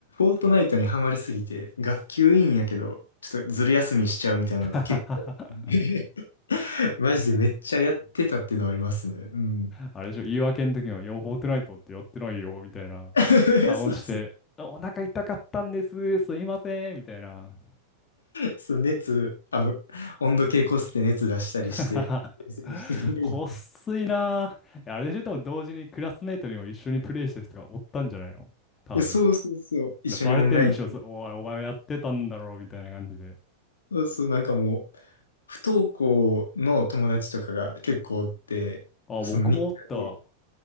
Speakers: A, on the left; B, on the left.
A: ォートナイトにハマりすぎて、学級委員やけど、ちょっとずる休みしちゃうみたいなのが結構、
B: <laughs>
A: <laughs> マジでめっちゃやってたっていうのはありますね。うん。
B: あれでしょ、言い訳の時は、いや、フォートナイトってやってないよ、みたいな顔して、
A: <laughs> そうそう
B: お腹痛かったんです、すいません、みたいな。
A: そう熱、あの、温度計こすって熱出したりして。
B: <laughs>
A: <laughs>
B: こっすいなぁ。いやあれでしょ、でも同時にクラスメイトにも一緒にプレイしてる人がおったんじゃないの多分。
A: そうそうそう。一緒にオンライン。
B: でバレてんでしょ、そおい、お前はやってたんだろうみたいな感じで。
A: そうそう、なんかもう、不登校の友達とかが結構おって、
B: あ、
A: そのみんなで、
B: 僕もおった。